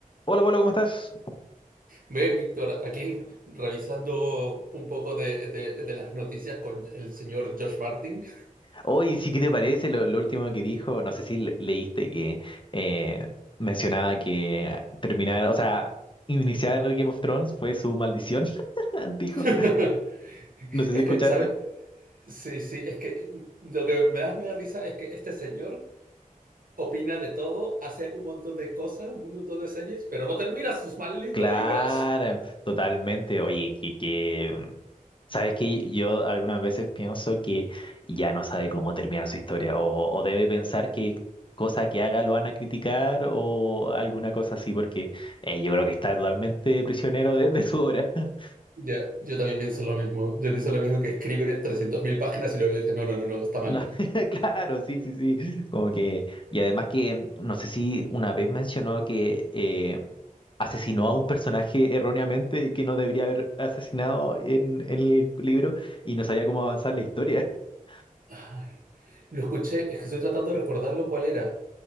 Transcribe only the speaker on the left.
Hola, Pablo, ¿cómo estás?
Hoy sí, ¿qué te parece lo, lo último que dijo? No sé si le- leíste que eh, mencionaba que terminar, o sea, iniciar Game of Thrones fue su maldición, <laughs> dijo.
No sé
si escuchaste.
Claro,
totalmente. Oye, que, que, mm, sabes que yo algunas veces pienso que ya no sabe cómo terminar su historia o, o debe pensar que cosa que haga lo van a criticar o alguna cosa así, porque eh, yo creo que está totalmente prisionero de, de su obra. <laughs>
No, <laughs> claro, sí, sí, sí. Como que, y además que mm, no sé si una vez mencionó que eh, asesinó a un personaje erróneamente que no debería haber asesinado en, en el libro y no sabía cómo avanzar la historia. <laughs>